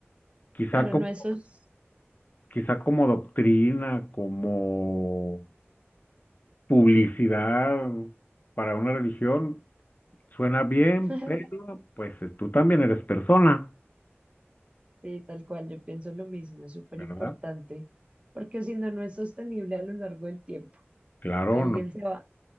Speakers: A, on the left (about 40°); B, on the right (about 25°).
A: Quizá
B: Claro,
A: como
B: no esos.
A: quizá como doctrina, como publicidad para una religión, suena bien,
B: <laughs>
A: pero pues eh, tú también eres persona,
B: Sí, tal cual, yo pienso lo mismo, es súper
A: ¿verdad?
B: importante, porque si no, no es sostenible a lo largo del tiempo.
A: Claro,
B: Alguien
A: no,
B: se va,